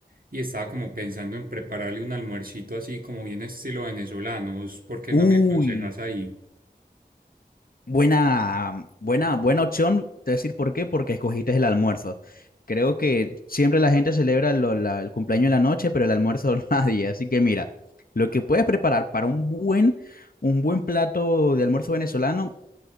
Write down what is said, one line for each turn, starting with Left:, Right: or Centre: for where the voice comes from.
Right: y estaba como pensando en prepararle un almuercito así como bien estilo venezolano. ¿Vos ¿Por qué
Left: Uy,
Right: no me aconsejas ahí?
Left: buena, mm, buena, buena opción. Te voy a decir por qué, porque escogiste el almuerzo. Creo que siempre la gente celebra lo- la- el cumpleaños en la noche, pero el almuerzo <laughs> nadie. Así que mira, lo que puedes preparar para un buen, un buen plato de almuerzo venezolano,